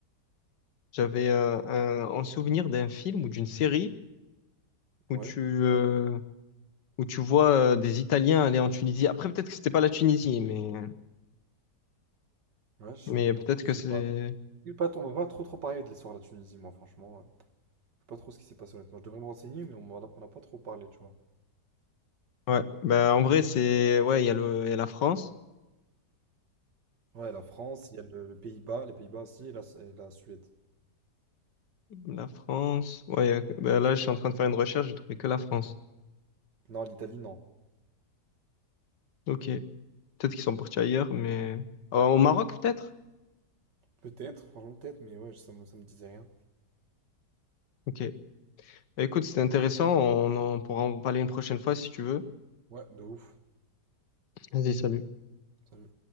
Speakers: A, on the left; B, on the right.
A: j'avais euh, un, un souvenir d'un film ou d'une série où
B: Ouais,
A: tu, euh, où tu vois euh, des Italiens aller en Tunisie. Après, peut-être que c'était pas la Tunisie, mais,
B: ouais, je sais
A: mais
B: pas.
A: peut-être
B: je
A: que
B: sais
A: c'est.
B: pas. Je sais pas trop- on m'a pas trop trop parlé de l'histoire de la Tunisie, moi, franchement. euh. Je sais pas trop ce qui s'est passé, honnêtement. Je devrais me renseigner, mais on m'en a, on a pas trop parlé, tu vois.
A: Ouais. Bah,
B: Euh,
A: en vrai, c'est. Ouais, il y a le, il y a la France.
B: Ouais, la France, il y a le, le Pays-Bas, les Pays-Bas aussi, et la, et la Suède.
A: La France. Ouais, ok. Ben là, je suis en train de faire une recherche, j'ai trouvé que la France.
B: Non, l'Italie, non.
A: Ok. Peut-être qu'ils sont partis ailleurs, mais. Euh,
B: Ouais.
A: au Maroc, peut-être?
B: Peut-être, franchement, peut-être, mais ouais, ça me, ça me disait rien.
A: Ok. Ben écoute, c'était intéressant. On en pourra en parler une prochaine fois si tu veux.
B: Ouais, de ouf.
A: Vas-y, salut.
B: Salut.